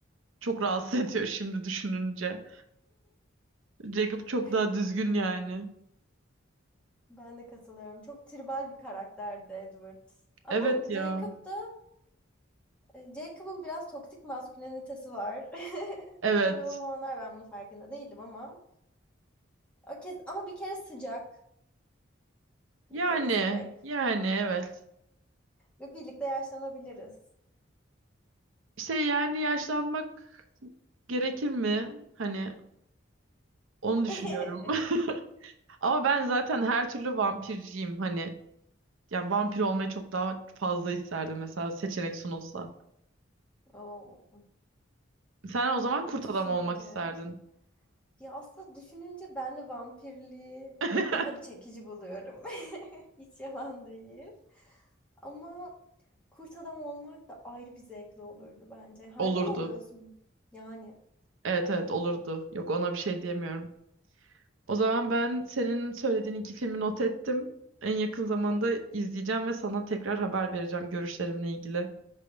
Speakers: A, on the right; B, in the centre.
A: çok rahatsız <laughs> ediyor şimdi düşününce. Jacob çok
B: <laughs>
A: daha düzgün yani.
B: Ben de katılıyorum. Çok tribal bir karakterdi Edward. Ama
A: Evet ya.
B: Jacob da e, Jacob'ın biraz toksik maskülenitesi var. <laughs>
A: Evet.
B: Tabii o zamanlar ben bunun farkında değildim ama o kez ama bir kere sıcak,
A: Yani
B: bir kere sıcak
A: yani evet.
B: ve birlikte yaşlanabiliriz.
A: İşte yani yaşlanmak gerekir mi? Hani onu düşünüyorum.
B: <laughs>
A: <laughs> Ama ben zaten her türlü vampirciyim hani. Yani vampir olmayı çok daha fazla isterdim mesela seçenek sunulsa.
B: Oo,
A: Sen o zaman kurt
B: düşününce
A: adam olmak isterdin.
B: ya aslında düşününce ben de vampirliği
A: <laughs>
B: daha bir çekici buluyorum. <laughs> Hiç yalan değil. Ama kurt adam olmak da ayrı bir zevkli olurdu bence. Hayvan
A: Olurdu.
B: oluyorsun yani.
A: Evet evet olurdu. Yok ona bir şey diyemiyorum. O zaman ben senin söylediğin iki filmi not ettim. En yakın zamanda izleyeceğim ve sana tekrar haber vereceğim görüşlerimle ilgili.